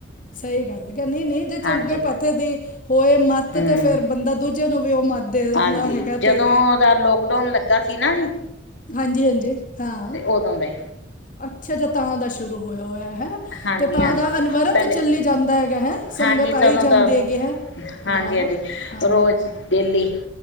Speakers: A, on the left; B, on the left.
A: ਸਈ ਗੱਲ ਏ, ਨਈ-ਨਈ ਜੇ
B: ਹਾਂਜੀ
A: ਚੰਗੇ ਪ ਪਾਸੇ ਦੀ ਹੋਏ ਮੱਤ
B: ਹੂੰ
A: ਤੇ ਫੇਰ ਬੰਦਾ ਦੂਜੇ ਨੂੰ ਵੀ ਓ ਮੱਤ ਦੇ
B: ਹਾਂਜੀ
A: ਦਿੰਦਾ ਹੈਗਾ
B: ਜਦੋਂ
A: ਤੇ
B: ਓਦਾ ਲੋਕਡਾਊਨ ਲੱਗਾ ਸੀ ਨਾ ਜੀ।
A: ਹਾਂਜੀ-ਹਾਂਜੀ ਹਾਂ,
B: ਉਦੋਂ ਦੇ
A: ਅੱਛਾ-ਅੱਛਾ ਤਾਂ ਦਾ ਸ਼ੁਰੂ ਹੋਇਆ ਹੋਇਆ ਹੈ।
B: ਹਾਂਜੀ
A: ਤੇ ਤਾਂ
B: ਹਾਂਜੀ
A: ਦਾ ਅਨਵਰਤ
B: ਪਹਿਲੇ
A: ਚੱਲੀ ਜਾਂਦਾ ਹੈਗਾ ਹੈ। ਸੰਗਤ
B: ਹਾਂਜੀ
A: ਆਈ
B: ਤਦੋਂ
A: ਜਾਂਦੀ
B: ਤਾਂ
A: ਹੈਗੀ ਹੈ
B: ਹਾਂਜੀ,
A: ਵਾਹ
B: ਹਾਂਜੀ
A: ਹਾਂ
B: ਰੋਜ਼ ਡੇਲੀ।